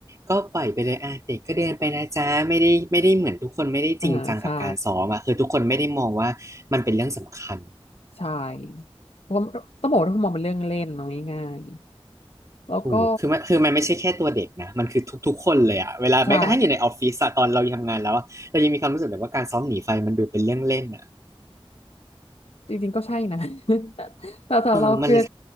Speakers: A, on the right; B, on the left.
A: ก็ปล่อยไปเลยอ่ะเด็กก็เดินไปนะจ๊ะไม่ได้ไม่ได้เหมือนทุกคนไม่ได้จริงจังกับการซ้อมอ่ะคือทุกคนไม่ได้มองว่ามันเป็นเรื่องสำคัญ
B: <laughs> อ่าใช่ใช่ผมต้องบอกว่าทุกคนมองเป็นเรื่องเล่นเนาะง่ายๆแล้วก็
A: ถูกคือมันคือมันไม่ใช่แค่ตัวเด็กนะมันคือทุกๆคนเลยอะเวลาแม้กระทั่งอยู่ในออฟฟิศอะตอนเราทำงานแล้วอะเรายังมีความรู้สึกแบบว่าการซ้อมหนีไฟมันดูเป็นเรื่องเล่นอะ
B: ใช่ จริงๆก็ใช่นะ <laughs> แต่สำหรับเราคือ
A: เออมันเลย